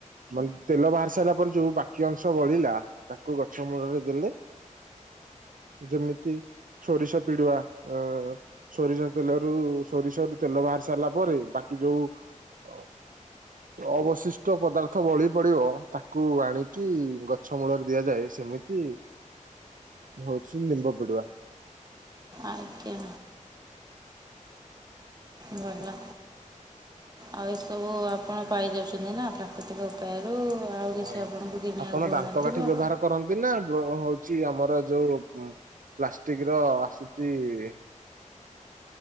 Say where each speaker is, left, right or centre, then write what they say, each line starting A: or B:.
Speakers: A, on the right; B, on the right.
A: ମାନେ ତେଲ ବାହାରି ସାରିଲା ପରେ ଯୋଉ ବାକି ଅଂଶ ବଳିଲା ତାକୁ ଗଛ ମୂଳରେ ଦେଲେ ଯେମିତି ସୋରିଷ ପିଡୁଆ ଅ-ଅ-ଅ-ଅ--୍ ସୋରିଷ ତେଲରୁ-ଉ-ଉ-ଉ ସୋରିଷ ରୁ ତେଲ ବାହାରି ସାରିଲା ପରେ ବାକି ଯୋଉ ଓ ଅବଶିଷ୍ଟ ପଦାର୍ଥ ବଳି ପଡିବ ତାକୁ ଆଣିକି ଗଛ ଛ ମୂଳରେ ଦିଆଯାଏ ସେମିତି ହଉଛି ନିମ୍ବ ପିଡୁଆ।
B: ଆଜ୍ଞା। ଭଲ। ଆଉ ଏସବୁ-ଉ-ଉ ଆପଣ ପାଇଯାଉଛନ୍ତି ନା ପ୍ରାକୃତିକ ଉପାୟରୁ ଆଉ କିଛି
A: ହଁ।
B: ଆପଣଙ୍କୁ କିଣିବାକୁ
A: ଆପଣ
B: ପଡୁନଥିବ।
A: ଦାନ୍ତ କାଠି ବ୍ୟବହାର କରନ୍ତି ନା ବ ହଉଛି ଆମର ଯୋଉ ଉ ପ୍ଲାଷ୍ଟିକ ର ଆସୁଛି-ଇ-ଇ-ଇ